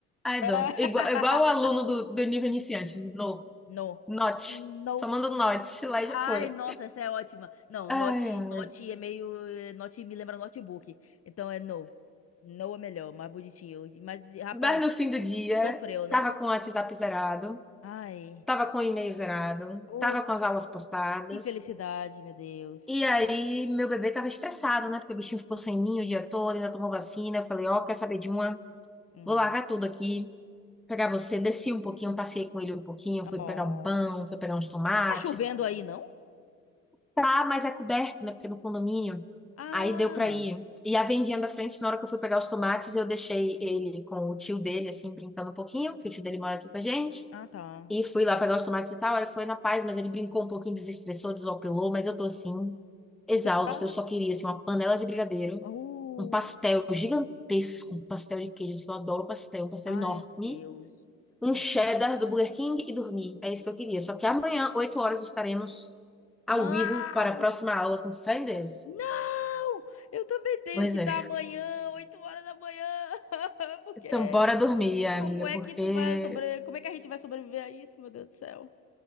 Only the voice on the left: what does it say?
Eh,
<laughs>
no.
No.
Ai,
nossa, essa é ótima. Não,
note,
note é meio. Note me lembra notebook. Então é no. No é melhor, mais bonitinho. Mas, rapaz,
tu sofreu, né?
Ai.
Oh,
que felicidade, meu Deus.
Hum.
Oh.
Não tá chovendo aí, não?
Ah.
Ah, tá.
Porque tá.
Uh.
Ai,
meu Deus.
Eh,
Não!
Não! Eu também tenho
que estar
amanhã, 8 horas da manhã. <laughs> Porque
como é
que tu vai sobre... Como é que a gente vai sobreviver a isso, meu Deus do céu?